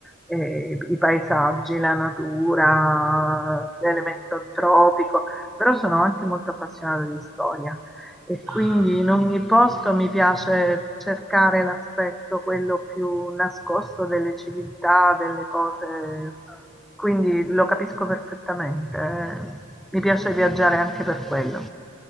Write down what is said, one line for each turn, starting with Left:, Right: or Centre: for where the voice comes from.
Centre: eh, i paesaggi, la natura, l'elemento tropico, però sono anche molto appassionata di storia e
Right: Ah,
Centre: quindi in
Right: ma
Centre: ogni
Right: senti,
Centre: posto
Right: bello,
Centre: mi piace cercare l'aspetto, quello più nascosto delle civiltà, delle cose, quindi lo capisco perfettamente, eh. Mi piace viaggiare anche per quello.